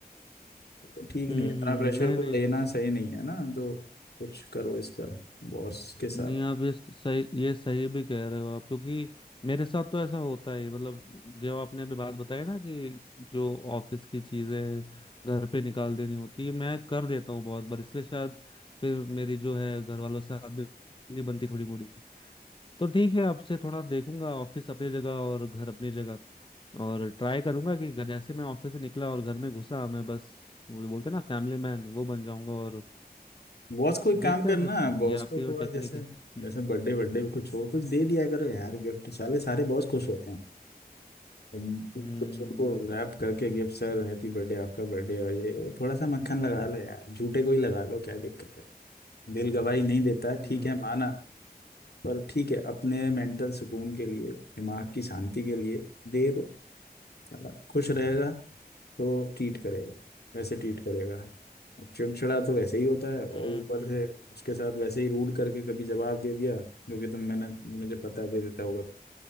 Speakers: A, on the left (about 75°); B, on the left (about 30°).
A: तो वो ठीक
B: हम्म
A: नहीं है, इतना
B: हम्म,
A: प्रेशर
B: नहीं
A: को
B: नहीं
A: लेना सही नहीं है ना तो कुछ करो इसका बॉस के साथ
B: नहीं आप ये सही ये सही भी कह रहे हो आप क्योंकि मेरे साथ तो ऐसा होता है मतलब जो आपने अभी बात बताई ना कि जो ऑफिस की चीजें घर पे निकाल देनी होती है मैं कर देता हूँ बहुत बार इसलिए शायद फिर मेरी जो है घर वालों से आग भी नहीं बनती थोड़ी मोड़ी तो ठीक है आपसे थोड़ा देखूंगा ऑफिस अपनी जगह और घर अपनी जगह और ट्राई करूंगा कि घर- जैसे मैं ऑफिस से निकला और घर में घुसा मैं बस वो जो बोलते हैं ना फैमिली मैन वो बन जाऊंगा और
A: बॉस को एक काम
B: देखते
A: करना
B: हैं फिर
A: बॉस
B: ये आपकी
A: को
B: जो
A: थोड़ा
B: टेक्निक
A: जैसे
B: है हम्म
A: जैसे बर्थडे बर्थडे कुछ हो कुछ दे दिया करो यार गिफ्ट साले सारे बॉस खुश होते हैं तुम
B: हम्म
A: कुछ उनको रैप करके गिफ्ट सर हैप्पी बर्थडे आपका बर्थडे हो ये वो थोड़ा सा मक्खन लगा लो यार झूठे को ही लगा लो क्या दिक्कत है दिल गवाही नहीं देता ठीक
B: हम्म
A: है माना पर ठीक है अपने मेंटल सुकून के लिए दिमाग की शांति के लिए दे दो है ना खुश रहेगा तो ट्रीट करेगा वैसे ट्रीट करेगा अब चिड़चिड़ा तो वैसे ही होता है और
B: हम्म,
A: ऊपर से उसके साथ वैसे ही रूड करके कभी जवाब दे दिया जो कि तुम मैंने मुझे पता है दे देता होगा तो